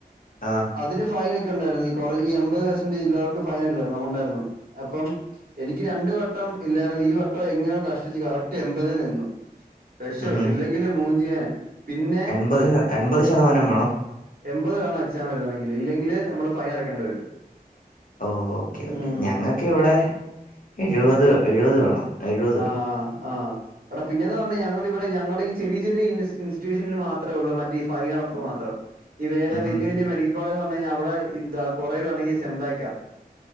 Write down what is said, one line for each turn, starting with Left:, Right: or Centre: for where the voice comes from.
Left: ആഹ്
Right: അതിന് ഫൈനൊക്കെ ഉണ്ടായിരുന്നു. ഈ കൊറ ഈ എമ്പത് പെർസെന്റില്ലാർക്ക് ഫൈൻല്ലരുന്നു ഉണ്ടായിരുന്നു അപ്പം എനിക്ക് രണ്ടു വട്ടം ഇല്ലായിരുന്നു ഈ വട്ടം എങ്ങനെയോ കഷ്ടിച്ച് കറക്റ്റ് എൺപതേ നിന്നു ക്ഷപ്പെട്ട്,
Left: ഉം ഉം
Right: ഇല്ലെങ്കിൽ മൂഞ്ചിയേ നെ പിന്നെ
Left: എൺപത് എൺപത് ശതമാനം വേണം
Right: എൺപത് വേണം എക്സാം എഴ്തണെങ്കിൽ ഇല്ലെങ്കിൽ നമ്മൾ ഫൈൻ അടക്കണ്ട വരും
Left: ഓഹ് ഓക്കേ ഓക്കേ
Right: ഉം.
Left: ഞങ്ങക്കിവിടെ എഴുപത് എഴുപത് വേണം എഴുപത്
Right: ആഹ് ആഹ് അവിടെ പിന്നെന്ന് പറഞ്ഞാ ഞങ്ങളിവിടെ ഞങ്ങളീ ചെറിയ ചെറിയ ഇൻറ്റിറ്റ്യൂഷനിൽ മാത്രേള്ളൂ മറ്റേഈ ഫൈനടപ്പ് മാത്രം ഈ വേറെ
Left: ഉം ഹും
Right: വലിയ വലിയ മെഡിക്കൽ കോളേജ് എന്ന് പറഞ്ഞ കഴിഞ്ഞാൽ അവിടെ എന്താ കുറവുവാണെങ്കിൽ സെം ബേക്കാ